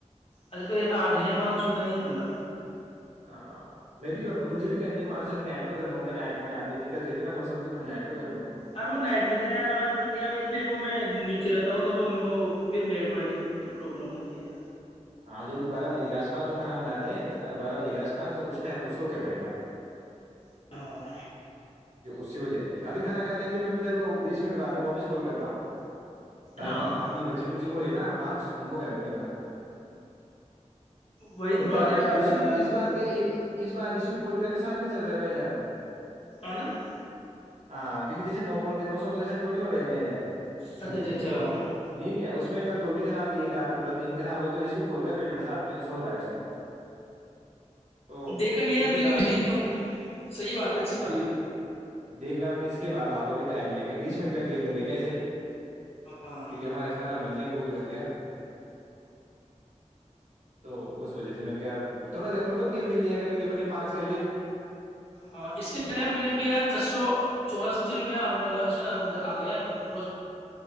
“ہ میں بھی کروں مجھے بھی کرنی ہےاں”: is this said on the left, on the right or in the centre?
Right